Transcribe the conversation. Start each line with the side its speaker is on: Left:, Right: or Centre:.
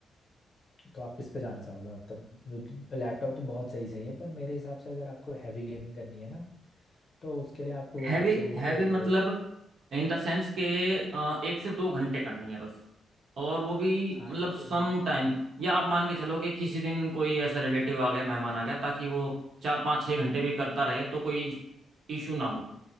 Left: तो आप किस पे जाना चाहोगे मतलब लैपटॉप तो बहुत सही सही है पर मेरे हिसाब से अगर आपको हैवी गेमिंग करनी है ना तो उसके लिए आपको वो
Right: हैवी
Left: बच्चे वो
Right: हैवी मतलब
Left: अ,
Right: इन द सेंस के अ, एक से दो घंटे करनी है बस और वो भी
Left: हाँ
Right: मतलब
Left: एक
Right: सम
Left: से तो
Right: टाइम या आप मान के चलो कि किसी दिन कोई ऐसा रिलेटिव आ गया मेहमान आ गया ताकि वो चार पाँच छः घंटे भी करता रहे तो कोई इशू ना हो